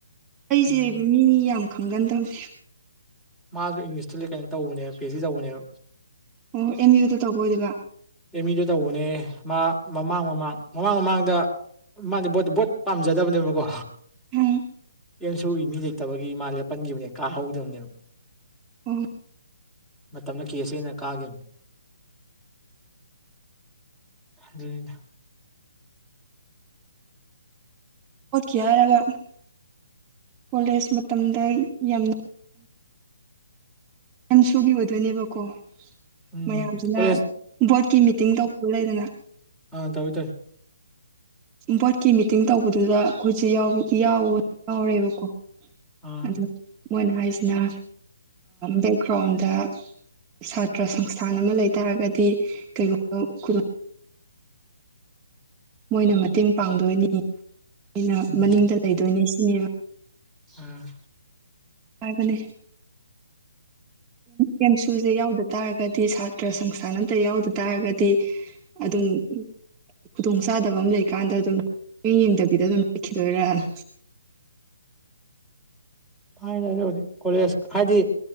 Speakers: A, on the right (about 15°); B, in the centre.
A: ꯑꯩꯁꯦ
B: ꯎꯝ
A: ꯃꯤ ꯌꯥꯝ ꯈꯪꯒꯟꯗꯕꯅꯦ
B: ꯃꯥꯁꯨ ꯏꯪꯂꯤꯁꯇ ꯂꯩ ꯀꯩꯅꯣ ꯇꯧꯕꯅꯦ ꯄꯤ ꯑꯩꯆ ꯁꯤ ꯇꯧꯕ꯫ꯅꯦꯕ
A: ꯑꯣ ꯑꯦꯝ ꯌꯨꯗ ꯇꯧꯕꯣꯏ ꯑꯗꯨꯒꯒ
B: ꯑꯦꯝ ꯏꯗ ꯇꯧꯕꯅꯦ ꯃꯥ ꯃꯃꯥꯡ ꯃꯃꯥꯡ ꯃꯃꯥꯡ ꯃꯃꯥꯡꯗ ꯃꯥꯅꯦ꯫ ꯕꯣꯠꯇ ꯕꯣꯠ ꯄꯥꯝꯖꯗꯕꯅꯦꯕꯀꯣ
A: ꯎꯝ
B: ꯑꯦꯝ ꯁꯨꯒꯤ ꯃꯤ ꯂꯩꯇꯕꯒꯤ ꯏꯃꯥ ꯂꯦꯞꯄꯟꯈꯤꯕꯅꯦ ꯀꯥꯍꯧ꯫ꯗꯕꯅꯦꯕ
A: ꯎꯝ
B: ꯃꯇꯝꯅ ꯀꯦꯁꯦꯅ ꯀꯥꯈꯤꯕꯅ ꯎ
A: ꯑꯣꯣꯠꯀꯦ ꯍꯥꯏꯔꯒ ꯀꯣꯂꯦꯖ ꯃꯇꯝꯗ ꯌꯥꯝ ꯑꯦꯝ ꯁꯨꯒꯤ ꯑꯣꯏꯗꯣꯏꯅꯦꯕꯀꯣ
B: ꯎꯝ
A: ꯃꯌꯥꯝꯁꯤꯅ
B: ꯀꯣꯂꯦꯖ
A: ꯕꯣꯔꯠꯀꯤ ꯃꯤꯇꯤꯡ ꯇ ꯂꯩꯗꯅ
B: ꯑ ꯇꯧ ꯇꯣꯏꯦ
A: ꯕꯣꯔꯠꯀꯤ ꯃꯤꯇꯤꯡ ꯇꯧꯕꯗꯨꯗ ꯑꯩꯈꯣꯏꯁꯨꯦ ꯌꯥꯎꯔꯦꯕꯀꯣ
B: ꯑꯥ
A: ꯑ ꯃꯣꯏꯅ ꯍꯥꯏꯁꯤꯅ ꯕꯦꯛꯒ꯭ꯔꯥꯎꯟꯗ ꯁꯥꯇ꯭ꯔ ꯁꯪꯁꯊꯥꯟ ꯑꯃ ꯂꯩꯇꯥꯥꯔꯒꯗꯤ ꯀꯩꯒꯨꯝꯕ ꯈꯨ ꯃꯣꯏꯅ ꯃꯇꯦꯡ ꯄꯥꯡꯗꯣꯏꯅꯤ ꯑꯩꯅ
B: ꯎꯝ
A: ꯃꯅꯤꯡꯗ ꯂꯩꯗꯣꯏꯅꯤ ꯁꯤꯅꯦꯕ
B: ꯎꯝ
A: ꯍꯥꯏ꯫ꯕꯅꯦ ꯀꯦꯝꯁꯨꯁꯦ ꯌꯥꯎꯗ ꯇꯥꯔꯒꯗꯤ ꯁꯥꯇ꯭ꯔ ꯁꯪꯁꯊꯥꯟ ꯑꯝꯇ ꯌꯥꯎꯗ ꯇꯥꯔꯒꯗꯤ ꯑꯗꯨꯝ ꯈꯨꯗꯣꯡ ꯆꯥꯗꯕ ꯑꯃ ꯂꯩꯀꯥꯟꯗ ꯑꯗꯨꯝ ꯃꯤꯡ ꯌꯦꯡꯗꯕꯤꯗ ꯑꯗꯨꯝ ꯂꯩꯈꯤꯗꯣꯏꯔꯅ
B: ꯍꯥꯏꯔꯗꯤ ꯀꯣꯂꯦꯖ ꯍꯥꯏꯗꯤ